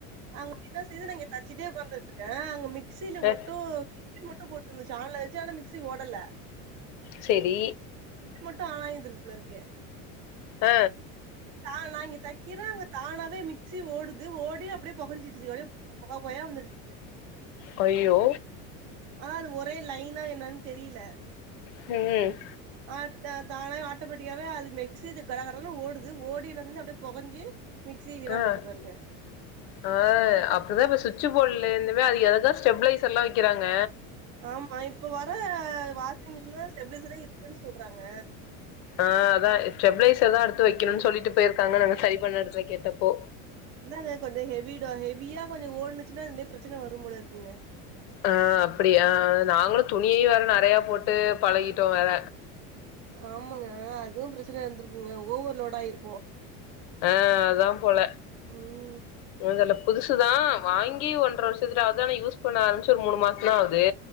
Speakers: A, on the right; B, on the left.
A: அங்க என்ன செய்து நா இங்க தச்சிட்டே உக்காந்துட்ருக்கே அங்க மிக்சில
B: ஆ
A: மட்டு சுவிட்சு மட்டு போட்ருந்துச்சு ஆன்ல வச்சு ஆனா மிக்சி ஓடல
B: செரி
A: சுச்சி மட்டு ஆனா இந்துருக்கு போலருக்கு
B: ஆ
A: தா நா இங்க தக்கிறே அங்க தானாவே மிக்சி ஓடுது ஓடி அப்டியே பொகஞ்சிடுச்சு அப்டியே பொக பொகயா வந்துருச்சு
B: கொய்யோ
A: ஆனா அது ஒரே லைனா என்னன் தெரில
B: ம்
A: ஆ த தானே ஆட்டோமெட்டிக்காவே அது மிக்சி இது கடகடன் ஓடுது ஓடினு அங்க இருந்து அப்டியே பொகஞ்சு மிக்சி வீணா
B: ஆ
A: போயிட்டு பாருங்க
B: ஆ அப்புடிதா இப்ப சுவிட்சு போர்டுல இருந்மே அதுக்கு எததா ஸ்டெபிளைசர்ல்லா வைக்கிறாங்க
A: ஆமா இப்ப வர வாஷிங் மிஷின்லதா ஸ்டெப்ளைஸரே இருக்குன் சொல்றாங்க
B: ஆ அதா ஸ்டெப்ளைசர்தா அடுத்து வைக்கணுனு சொல்லிட்டு போயிருக்காங்க நாங்க சரி பண்ண எடத்துல கேட்டப்போ
A: அந்தாங்க கொஞ்சொ ஹெவிடோ ஹெவியா கொஞ்சொ ஓடுனுச்சுன்னா இந்த மார் பிரச்சன வரும் போல இருக்குங்க
B: ஆ அப்டியா நாங்களு துணியையு வேற நெறையா போட்டு பழகிட்டோ வேற
A: ஆமாங்க அதுவு பிரச்சனையா இருந்திருக்குங்க ஓவர்லோட் ஆயிரு
B: ஆ அதாம் போல
A: ம்
B: என்னோது ஆனா புதுசுதா வாங்கி ஒன்ற வருஷத்துட்ட ஆகுது ஆனா யூஸ் பண்ண ஆரம்பிச்சு ஒரு மூணு மாசம்தா ஆகுது